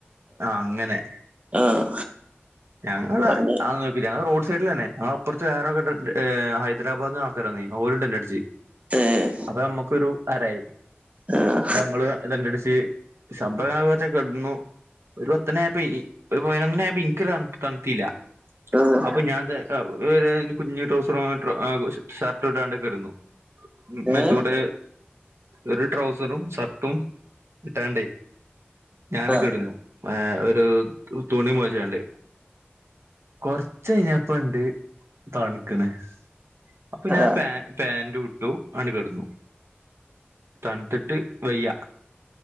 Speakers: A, on the right (about 80°); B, on the right (about 35°).
A: ആ അങ്ങനെ
B: ആഹ്
A: ഞങ്ങളാ
B: പറഞ്ഞ
A: <unintelligible> <unintelligible> റോഡ് സൈഡിലന്നെ അ അപ്പുറത്ത് വേറൊരു കെട്ടിടത്തില് ഹൈദ്രാരാബാദ്ന്ന് ആൾക്കാര് വന്നേനി ഓരും ടെൻ്റടിച്ച്
B: ഏഹ്
A: അപ്പൊ നമ്മുക്കൊരു അരായി
B: ആഹ്
A: ഞങ്ങള് ടെൻ്റടിച്ച് സംഭവാവര് കെടന്നു ഒരു പത്തണിയായപ്പ ഈ ഇ ഒരു പതിനൊന്നണിയായപ്പ ഇൻക്കൊരു തൺ തണുത്തീല്ല
B: ആഹ്
A: അപ്പൊ ഞാൻ ത ത ഒരു കുഞ്ഞു ട്രൗസറും ഷർട്ട് ഇട്ടാണ്ട് കെടുന്നു മേത്തൂടെ
B: ഏഹ്
A: ഒരു ട്രൗസറും ഷർട്ടും ഇട്ടാണ്ടേ ഞാൻ
B: ആഹ്
A: കെടുന്നു ഏ ഒരു തു തുണി മുറിച്ചാണ്ടേ കൊറച്ച് കഴ്ഞ്ഞപ്പ ഇണ്ട് തണുക്കണ് അപ്പൊ
B: ആഹ്
A: ഞാൻ പാ പാന്റൂട്ടു അണ്ട് കെട്ന്നു തണുത്തിട്ട് വയ്യ